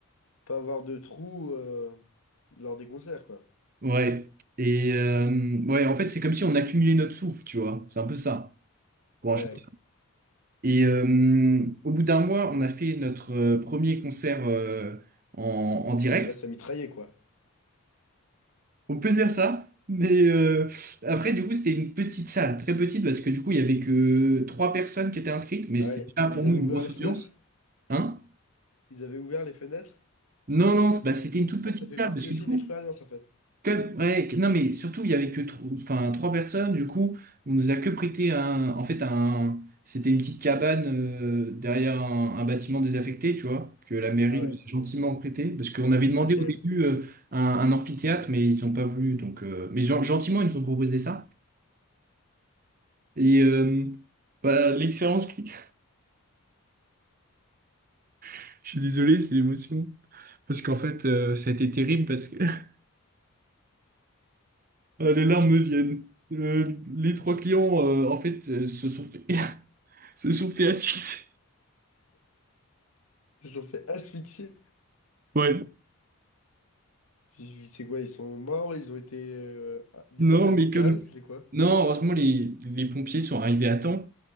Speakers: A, on the left (about 80°); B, on the right (about 40°).
A: pas avoir de trous euh, lors des concerts, quoi.
B: Ouais. Et euh, ouais, en fait, c'est comme si on accumulait notre souffle, tu vois. C'est un peu ça, pour
A: Ouais,
B: un chanteur. Et euh, au bout d'un mois, on a fait notre euh, premier concert euh, en en direct.
A: là, ça mitraillait, quoi.
B: On peut dire ça, mais euh, après, du coup, c'était une petite salle, très petite, parce que du coup, il y avait que trois personnes qui étaient inscrites, mais
A: Ah
B: c'était
A: ouais,
B: déjà
A: et
B: pour
A: ils
B: nous
A: avaient ouvert
B: une grosse
A: les
B: audience.
A: fenêtres.
B: Hein?
A: Ils avaient ouvert les fenêtres.
B: Non, non, c'est- bah, c'était une toute petite
A: Ah, ça fait
B: salle,
A: partie
B: parce que
A: aussi
B: du coup,
A: de l'expérience, en fait.
B: comme- ouais, que- non, mais surtout, il y avait que tro- enfin, trois personnes, du coup, on nous a que prêté un, en fait, un, c'était une petite cabane euh, derrière un, un bâtiment désaffecté, tu vois, que la mairie
A: Ah ouais,
B: nous a gentiment prêté, parce qu'on avait demandé
A: pas terrible.
B: au début euh, un, un amphithéâtre, mais ils n'ont pas voulu, donc, euh, mais gen- gentiment, ils nous ont proposé ça. Et euh, bah, l'expérience, cli- <laughs> je suis désolé, c'est l'émotion. Parce qu'en fait, euh, ça a été terrible parce que <laughs> Ah, les larmes me viennent. Euh, les trois clients, euh, en fait, euh, se sont fait, <laughs> se sont fait asphyxier.
A: Ils se sont fait asphyxier.
B: Ouais.
A: J'ai vu, c'est quoi, ils sont morts, ils ont été euh, ah, déportés
B: Non,
A: à
B: mais
A: l'hôpital,
B: comme...
A: c'est quoi?
B: Non, heureusement, les, les pompiers sont arrivés à temps